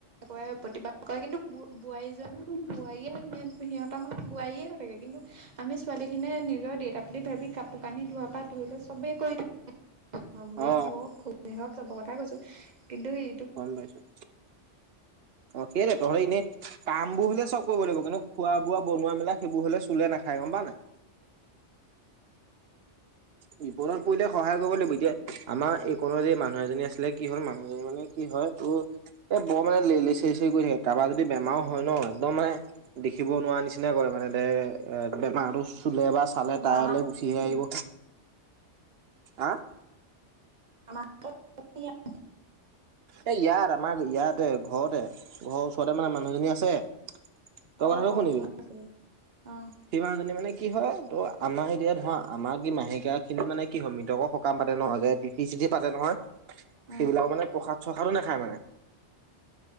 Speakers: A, on the right; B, on the right.
A: কৰে আৰু‌ প্ৰতিবাদ কৰে কিন্তু বো বোৱাৰীজনীতো বোৱাৰীয়ে মেনকে সিহঁত মানে বোৱাৰীয়ে হৈ থাকে কিন্তু, আমি ছোৱালী খিনিয়ে নিজৰ দেউতা বুলি ভাবি কাপোৰ কানি ধোৱা পা ধই লই সবেই কৰি দিওঁ। শাহুৱে
B: অ
A: শুক খু ৱেহক চব কথা কৈছো কিন্তু হি
B: হৰণ লইছো। অঁ কেলে তহতি ইনেই কামবো হলে চব কৰিব লাগিব কিন্তু খোৱা বোৱা বনোৱা মেলা- বো হলে চুলে নাখাই গম পাও নাই। বিপদত পৰিলে সহায় কৰিব লাগিব এতিয়া আমা এই কণৰ যি মানুহ এজনী আছিলে কি হল মানুহ জনী মানে কি হয় তোত এ বৰ মানে লেই লেই চেই চেই কৰি থাকে কাবাৰ যদি বেমাও হয় ন একদম মানে - দেখিব নোৱাৰা নিচিনা কৰে মানে দে এ বেমাৰটো চুলে বা চা- চালে টাইলৈ
A: মামা
B: গুচিহে আহিব। হাঁ।
A: আমাকে এতিয়াক
B: এ ইয়াত আমা ইয়াতে, ঘতে ঘ ওচ ঘতে মানে মানুহজনী আছে, তই
A: অ
B: কথাটো
A: অ
B: শুনিবি।
A: গম পাইছো অ
B: সেই মাহজনী মানে কি হয় ত' আমাৰ হেৰিয়াত আমা কি মাহেকীয়া খিন মানে কি হয়, মৃতক হক কাম পাতে ন, যে টিঠি চিঠি পাতে নহয়। সেইবিলাক
A: অ
B: মানে প্ৰসাদ খাই মানে